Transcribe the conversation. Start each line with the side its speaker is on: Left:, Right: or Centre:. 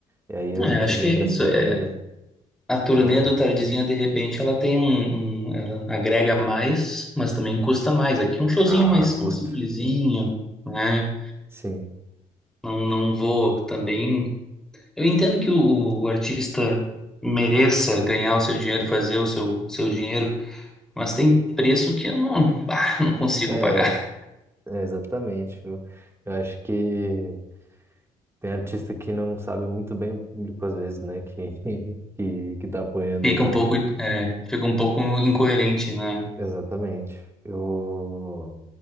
Right: E aí eu
Centre: não, eu
Right: tive
Centre: acho que
Right: a impressão
Centre: é isso. É,
Right: que,
Centre: a turnê
Right: talvez,
Centre: do Tardezinha, de repente, ela tem um, um- Ela agrega mais, mas também custa mais. Aqui um showzinho
Right: ah,
Centre: mais simplesinho,
Right: custa.
Centre: né?
Right: Sim.
Centre: Não, não vou também. Eu entendo que o, o artista mereça ganhar o seu dinheiro, fazer o seu, seu dinheiro, mas tem preço que eu não, bah, não consigo
Right: É,
Centre: pagar.
Right: É, exatamente. Eu, eu acho que tem artista que não sabe muito bem o público às vezes, né? Que, <laughs> que, que tá apoiando
Centre: Fica
Right: ele.
Centre: um pouco, é, fica um pouco incoerente, né?
Right: Exatamente. Eu,